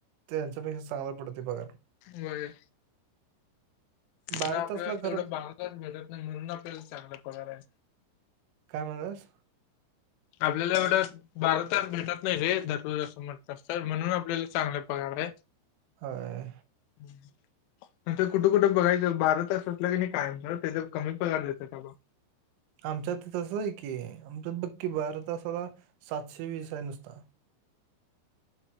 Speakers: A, on the right (about 80°); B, on the left (about 85°).
A: त्यांच्यापेक्षा चांगला पडतोय पगार
B: होय
A: बारा
B: तिथं आपल्याला
A: तासला
B: तेवढं
A: खरं
B: बाहेर का भेटत नाही म्हणून आपल्याला चांगलं पणार आहे
A: काय म्हणलास
B: आपल्याला एवढं बारातास भेटत नाही रे धरलूं असं मग तसंच म्हणून आपल्याला चांगला पगार आहे.
A: होय
B: हम नंतर कुठे कुठं बघायचं बारा तास असलं कनी कायमचं त्याच्यात कमी पगार देत्यात बाबा
A: आमच्यात तसंच आहे की आमच्यात बघ की बारा तसाला सातशे वीस आहे नुसता